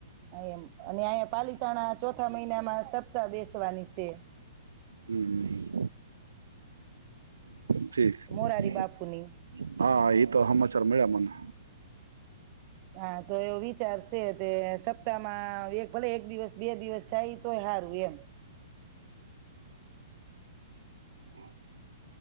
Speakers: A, on the right; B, on the right.
A: એમ અને અંયા પાલીતાણા ચોથા મહિનામાં સપ્તાહ બેસવાની સે.
B: હમ હમ <unintelligible>
A: મોરારી બાપુની
B: હા એ તો હમાચાર મળ્યા મને.
A: હા તો એવો વિચાર છે તે સપ્તાહમાં એક ભલે એક દિવસ બે દિવસ જાય તોય હારું એમ.
B: <unintelligible>